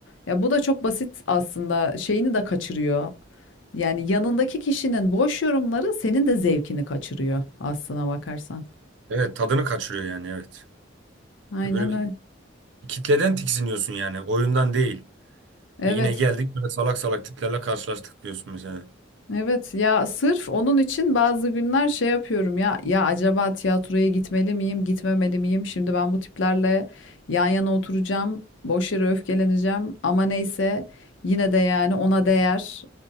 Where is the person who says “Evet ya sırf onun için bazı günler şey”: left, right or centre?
Left